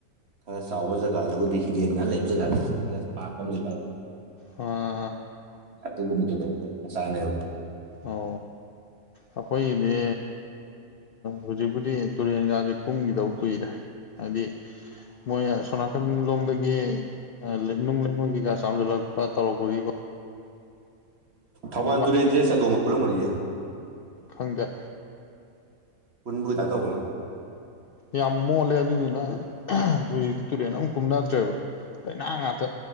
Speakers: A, on the right (about 50°); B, on the left (about 85°).
A: ꯈꯔ ꯆꯥꯎꯕ ꯖꯒꯥꯗꯕꯨꯗꯤ ꯍꯤꯗꯦꯟꯒꯥꯏꯅ ꯂꯩꯕ ꯖꯒꯥꯗ ꯈꯔ ꯄꯥꯛꯄ ꯃ ꯂꯩꯗꯥꯏꯅꯦ
B: ꯑꯣ
A: ꯑꯗꯨꯒꯨꯝꯕꯗꯨꯅꯦ ꯑꯩꯈꯣꯏ ꯃꯆꯥꯅꯦꯕ
B: ꯑꯣ ꯑꯩꯈꯣꯏꯒꯤꯗꯤ ꯍꯧꯖꯤꯛꯄꯨꯗꯤ ꯇꯨꯔꯦꯟꯒꯥꯖꯦ ꯀꯨꯝꯈꯤꯗꯕ ꯀꯨꯏꯔꯦ ꯍꯥꯏꯗꯤ ꯃꯣꯏꯅ ꯑꯁꯣꯝꯅꯥꯀꯟ ꯂꯣꯝꯗꯒꯤ ꯅꯨꯡ ꯂꯩꯉꯣꯏꯀꯩꯀꯥ ꯆꯥꯝꯖꯜꯂꯛꯄ ꯇꯧꯔꯛꯄꯒꯤ
A: ꯊꯧꯕꯥꯜ
B: ꯌꯥꯝ
A: ꯇꯨꯔꯦꯟꯖ‌ꯦ ꯆꯥꯗꯣꯡꯒ ꯄꯨꯜꯂꯝ ꯒꯅꯤꯅ‌ꯦ
B: ꯈꯪꯗꯦ
A: ꯄꯨꯟꯕꯨꯒꯤ ꯇꯥꯏꯞ ꯇꯧꯕꯅꯤ
B: ꯌꯥꯝ ꯃꯣꯠꯂꯦ ꯑꯗꯨꯗꯨꯅ ꯍꯧꯖꯤꯛꯇꯤ ꯇꯨꯔꯦꯟ ꯑꯃꯛ ꯀꯨꯝꯅꯗ꯭ꯔꯦꯕ ꯂꯩꯅꯥꯡ ꯉꯥꯛꯇ